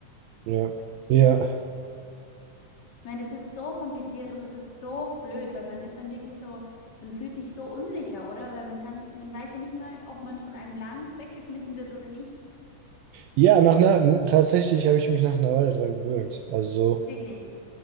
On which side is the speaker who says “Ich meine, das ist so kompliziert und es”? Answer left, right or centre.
Left